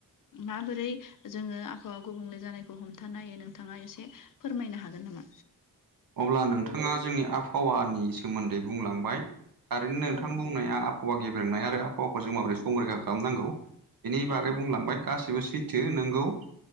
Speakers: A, on the left; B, on the right.
A: माबोरै जोङो आबहावा गुबुंले जानायखौ हमथानाय हायो नोंथाङा एसे फोरमायनो हागोन नामा
B: अब्ला नोंथाङा जोंनि आबहावानि सोमोन्दै बुंलांबाय थारैनो नोंथां
A: औ
B: बुंनाया आबहावा गेब्रेंनाय आरो आबहावाखौ जों माबोरै संरैखा खालामनांगौ बेनि बागै
A: औ
B: बुंलांबाय गासिबो सैथो नोंगौ